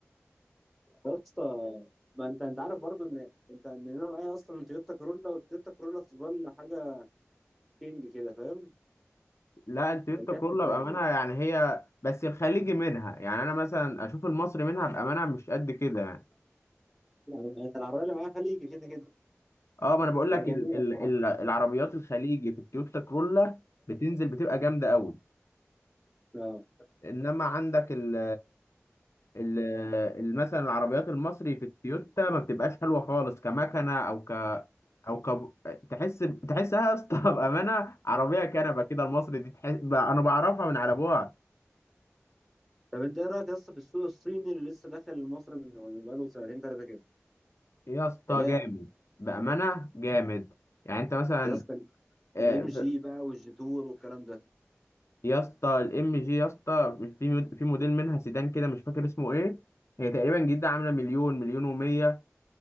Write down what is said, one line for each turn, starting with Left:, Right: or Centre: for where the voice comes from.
Centre: اسطى ما انت انت عارف برضو ان انت ان انا معايا اصلا تويوتا كورولا والتويوتا كورولا تظل حاجه كينج كده فاهم
Left: لا التويوتا
Centre: الكارت
Left: كورلا
Centre: الذهبي
Left: بأمانة يعني هي بس الخليجي منها يعني أنا مثلا أشوف المصري منها بأمانة مش قد كده يعني
Centre: يعني العربيه اللي معايا خليجي كده كده
Left: أه ما أنا بقول لك
Centre: آه، جميله
Left: ال ال
Centre: بصراحه
Left: ال العربيات الخليجي في التويوتا كورلا بتنزل بتبقى جامدة أوي
Centre: اه
Left: إنما عندك ال ال ال- مثلا العربيات المصري في التويوتا ما بتبقاش حلوة خالص كمكنة أو ك أو ك تحس تحسها يا اسطى <laughs> بأمانة عربية كنبة كده المصري دي تحس أنا بعرفها من على أبوها
Centre: طب انت ايه رايك يا اسطى في السوق الصيني اللي لسه داخل مصر من من بقاله سنتين ثلاثه كده
Left: يا اسطى
Centre: اللي هي
Left: جامد بأمانة جامد يعني انت مثلا
Centre: يا اسطى
Left: آه،
Centre: الام جي بقى والجيتور والكلام ده
Left: يا اسطى الام جي يا اسطى مش في مود- في موديل منها سيدان كده مش فاكر اسمه ايه هي تقريبا جديده عامله مليون مليون ومية